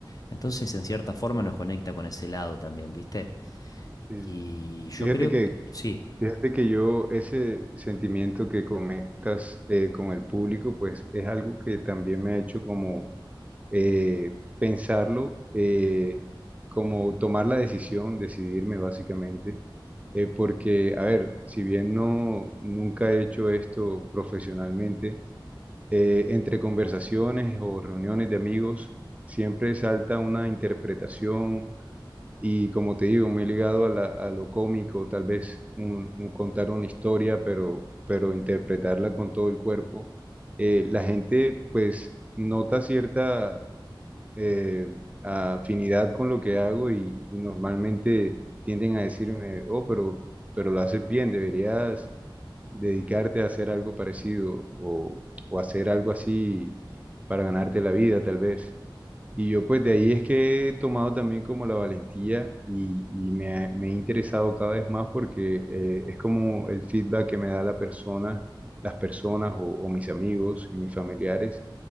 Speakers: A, on the left; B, on the right.
A: Entonces, en cierta forma, nos conecta con ese lado también, ¿viste? Y
B: Eh,
A: yo
B: fíjate
A: creo
B: que,
A: que sí.
B: fíjate que yo ese sentimiento que conectas eh, con el público, pues es algo que también me ha hecho como eh, pensarlo, eh, como tomar la decisión, decidirme básicamente, eh, porque, a ver, si bien no, nunca he hecho esto profesionalmente, eh, entre conversaciones o reuniones de amigos siempre salta una interpretación y como te digo, muy ligado a, la- a lo cómico, tal vez un, un contar una historia, pero, pero interpretarla con todo el cuerpo. Eh, la gente pues nota cierta eh, afinidad con lo que hago y, y normalmente tienden a decirme, oh, pero, pero lo haces bien, deberías dedicarte a hacer algo parecido o, o hacer algo así para ganarte la vida, tal vez. Y yo pues de ahí es que he tomado también como la valentía y, y me, ha- me he interesado cada vez más porque eh, es como el feedback que me da la persona, las personas o, o mis amigos y mis familiares